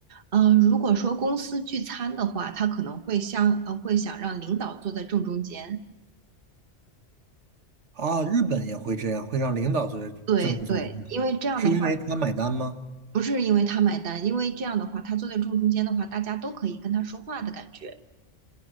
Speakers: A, on the right (about 50°); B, on the right (about 75°).
A: 嗯、呃，如果说公司聚餐的话，他可能会想呃会想让领导坐在正中间。
B: 啊，日本也会这样，会让领导坐在正中间，
A: 对对，因为这样的话，
B: 是因为他买单吗？
A: 不是因为他买单，因为这样的话，他坐在正中间的话，大家都可以跟他说话的感觉，